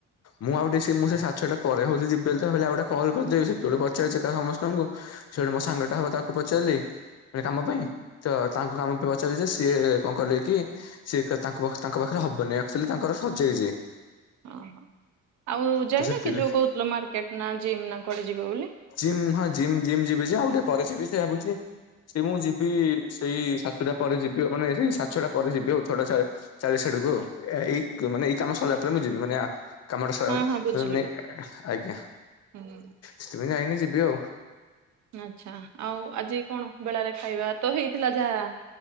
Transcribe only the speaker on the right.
ଓହୋ ଆଉ
ଯାଇନ
କି ଯୋଉ କହୁଥିଲ ମାର୍କେଟ ନା ଜିମ୍ ନା କୁଆଡେ ଯିବ ବୋଲି।
ହଁ ହଁ ବୁଝିଲି ବୁଝିଲି
ହୁଁ
ଆଚ୍ଛା, ଆଉ ଆଜି କଣ ବେଳାରେ ଖାଇବା ତ ହେଇଥିଲା ଯାହା।